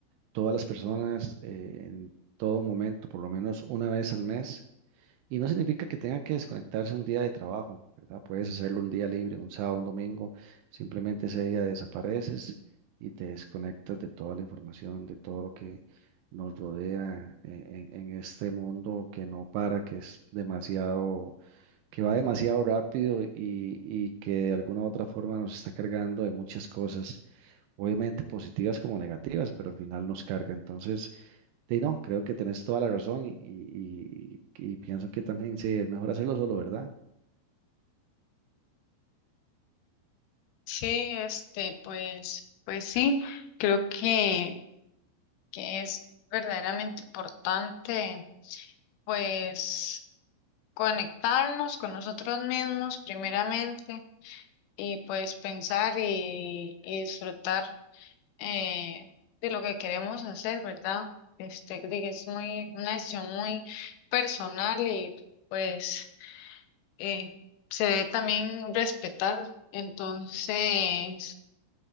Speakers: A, on the right; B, on the left.
A: todas las personas eh, en todo momento, por lo menos una vez al mes. Y no significa que tenga que desconectarse un día de trabajo, ¿verdad? Puedes hacerlo un día libre, un sábado, un domingo. Simplemente ese día desapareces y te desconectas de toda la información, de todo lo que nos rodea eh, en, en este mundo que no para, que es demasiado, que va demasiado rápido y, y que de alguna u otra forma nos está cargando de muchas cosas obviamente positivas como negativas, pero al final nos carga. Entonces, Sí, no, creo que tenés toda la razón y, y- y- y pienso que también sí, es mejor hacerlo solo, ¿verdad?
B: Sí, este, pues, pues sí, creo que, que es verdaderamente importante, pues, conectarnos con nosotros mismos primeramente y pues pensar y, y disfrutar eh, de lo que queremos hacer, ¿verdad? Este, de que es muy, una decisión muy personal y pues eh, se debe también respetar. Entonces,